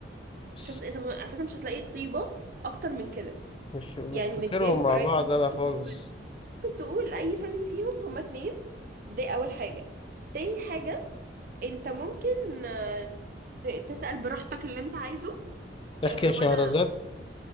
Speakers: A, on the left; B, on the right.
A: بس
B: شفت انت م- على فكرة مش هتلاقي طيبة اكتر من كده
A: مش مش
B: يعني
A: فاكرهم
B: مدياك برايتي
A: مع بعض
B: انت
A: أنا
B: ممكن
A: خالص
B: تقول ممكن تقول اي فيلم فيهم هما اتنين دي اول حاجة تاني حاجة انت ممكن آه، ت- تسأل براحتك اللي انت عايزه
A: احكي
B: آه،
A: يا
B: وانا
A: شهرزاد